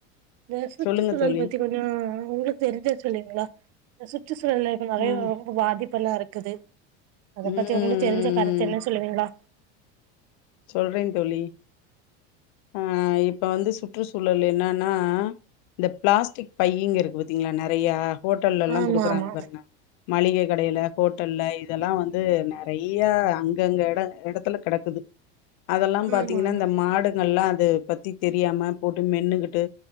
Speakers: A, on the right; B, on the left.
A: இந்த சுற்றுச்சூழல்
B: சொல்லுங்க தோழி
A: பத்தி கொஞ் அ உங்களுக்கு தெரிஞ்சா சொல்வீங்ளா சுற்றுச்சூழல்ல இப்ப நெறைய
B: ஆ ம்
A: வரும் பாதிப்பெல்லா இருக்குது அத
B: ம்
A: பத்தி உங்களுக்குத்
B: ம்
A: தெரிஞ்ச கருத்து என்ன சொல்லுவீங்களா
B: சொல்றே தோழி அ இப்ப வந்து சுற்றுச்சூழல் என்னான்னா இந்த பிளாஸ்டிக் பைங்க இருக்கு பா த்திங்ளா நறையா ஹோட்டல்லல்லா
A: ஆமா
B: குடுக்கறாங்க
A: ஆமா
B: பாருங்க மளிக கடையில ஹோ ட்டல்ல இதெல்லா வந்து நறைய அங்கங்க எட எடத்துல கெடக்குது அதல்லா பாத்தீங்ன்னா
A: ஆமா ஆமா
B: இந்த மாடு நல்லா அத பத்தி தெரியாம போட்டு மென்னுகிட்டு